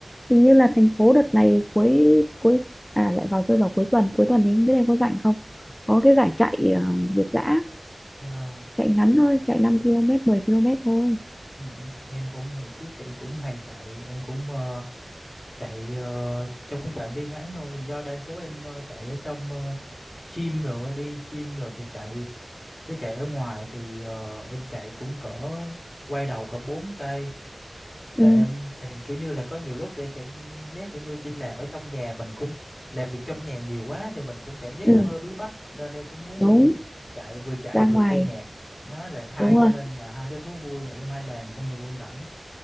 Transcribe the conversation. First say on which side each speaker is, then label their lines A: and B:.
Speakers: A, on the left (about 20°); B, on the left (about 40°).
A: hình như là thành phố đợt này cuối cuối à lại vào rơi vào cuối tuần cuối tuần thì không biết em có rảnh không có cái giải chạy ờ, việt dã
B: Ờ,
A: chạy ngắn thôi chạy 5 km 10 km thôi
B: ừ, Em cũng hồi trước thì em cũng hay chạy, em cũng ờ, chạy ờ, trong cũng phạm vi ngắn thôi do đa số em ờ, chạy ở trong ờ, gym rồi á, đi gym rồi thì chạy chứ chạy ở ngoài thì ờ, em chạy cũng cỡ quay đầu cỡ 4 cây là
A: ừ
B: em chạy kiểu như là có nhiều lúc thì cảm giác kiểu như đi làm ở trong nhà mình cũng làm việc trong nhà nhiều quá thì mình cũng cảm giác
A: ừ
B: nó hơi bí bách nên em cũng muốn
A: đúng
B: chạy vừa chạy
A: ra
B: vừa
A: ngoài
B: nghe nhạc nó là hai
A: đúng rồi
B: cho nên là hai cái thú vui mà em hay làm trong thời gian rảnh